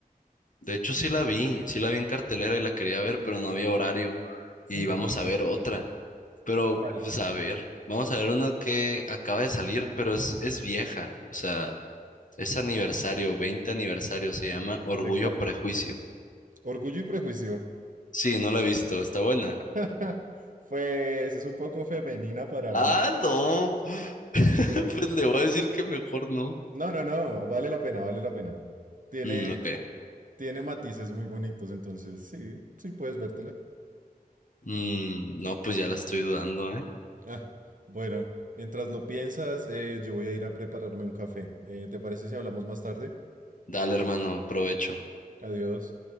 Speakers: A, on the left (about 55°); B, on the right (about 60°).
A: De hecho sí la vi, sí la vi en cartelera y la quería ver, pero no había horario y
B: Hmm,
A: vamos a ver otra. Pero
B: ¿cuál?
A: pues a ver, vamos a ver una que acaba de salir, pero es, es vieja, o sea... Es aniversario, 20 aniversario, se llama Orgullo
B: ¿De cuál?
A: Prejuicio.
B: Orgullo y prejuicio.
A: Sí, no la he visto, está buena.
B: <laughs> Pues es un poco femenina para
A: Ah,
B: mí,
A: no. <laughs>
B: pero...
A: Pues le voy a decir que mejor no.
B: No, no, no, vale la pena, vale la pena. Tiene,
A: Mm, ok.
B: tiene matices muy bonitos, entonces sí, sí puedes vértela.
A: Mm, no, pues ya la estoy dudando, ¿eh?
B: Ah, bueno, mientras lo piensas, eh, yo voy a ir a prepararme un café. Eh, ¿te parece si hablamos más tarde?
A: Dale, hermano, provecho.
B: Adiós.